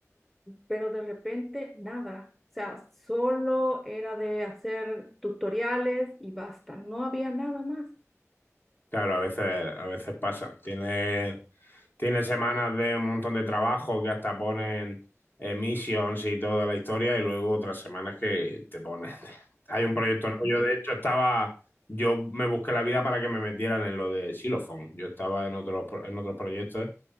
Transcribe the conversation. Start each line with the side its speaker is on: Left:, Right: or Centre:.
Centre: pero de repente, nada. O sea, solo era de hacer tutoriales y basta, no había nada más.
Left: Claro, a veces, a veces pasa. Tiene tiene semanas de un montón de trabajo que hasta ponen eh, missions y toda la historia, y luego otras semanas que te ponen. <laughs> Hay un proyecto nuevo.
Centre: <laughs>
Left: Yo, de hecho, estaba. Yo me busqué la vida para que me metieran en lo de Xylophone. Yo estaba en otros, pro- en otros proyectos